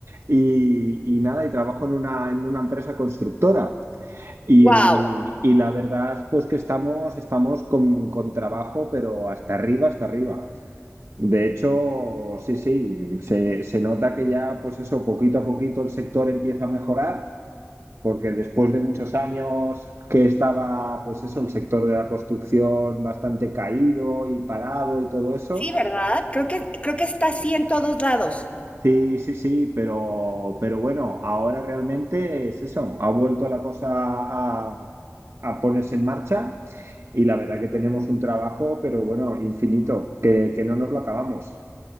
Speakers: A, on the right; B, on the left.
A: y, y nada, y trabajo en una, en una empresa constructora. Y,
B: Wow.
A: y la verdad, pues que estamos, estamos con, con trabajo, pero hasta arriba, hasta arriba. De hecho, sí, sí, se, se nota que ya, pues eso, poquito a poquito el sector empieza a mejorar, porque después de muchos años que estaba, pues eso, el sector de la construcción bastante caído y parado y todo eso,
B: Sí, ¿verdad? Creo que, creo que está así en todos lados.
A: sí, sí, sí, pero, pero bueno, ahora realmente es eso, ha vuelto la cosa a, a ponerse en marcha y la verdad que tenemos un trabajo, pero bueno, infinito, que, que no nos lo acabamos.